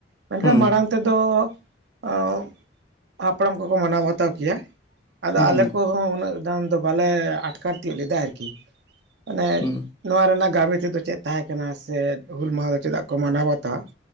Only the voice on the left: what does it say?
ᱦᱩᱸ
ᱦᱩᱸ
ᱦᱩᱸ